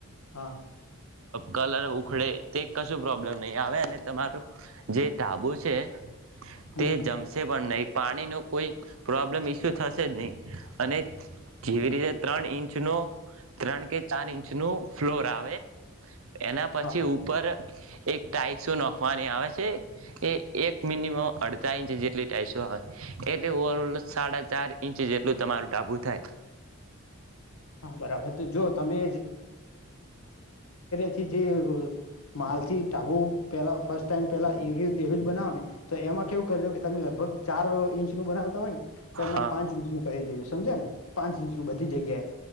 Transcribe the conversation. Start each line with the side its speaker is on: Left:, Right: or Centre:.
Left: હા
Right: કલર ઉખડે તે કશું પ્રોબ્લેમ નહીં આવે અને તમારું જે ટાબુ છે
Left: હમ
Right: તે
Left: હમ
Right: જમશે પણ નહી પાણીનો કોઈ પ્રોબ્લેમ ઇસ્યુ થશે જ નહીં અને જેવી રીતે ત્રણ ઇંચ ન ત્રણ કે ચાર ઇંચ ન ફ્લોર આવે એના પછી
Left: હા
Right: ઉપર એક ટાઈસો નોખવાની આવે છે એ એક મિનિમમ અડધા ઇંચ જેટલી ટાઈસો આવે એટલે ઓવરલ સાડા ચાર ઇંચ જેટલું તમારું ઢાબું થાય
Left: હા બરાબર તો જો તમે થી જે માલથી તો આવું પહેલાં ફર્સ્ટ ટાઈમ પેલા એરુજ બનાવો ને તો એમાં કેવું કરજો કે તમે લગભગ ચાર ઇંચ નું બનાવતા હોય ને તો એમાં
Right: હા
Left: પાંચ ઇંચનું કરી દેજ સમજ્યાં ને પાંચ ઇંચનું બધી જગ્યાએ